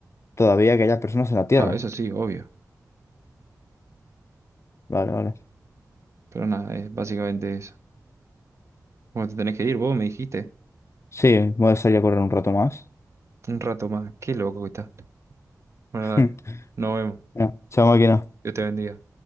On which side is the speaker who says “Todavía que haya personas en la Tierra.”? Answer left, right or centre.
Left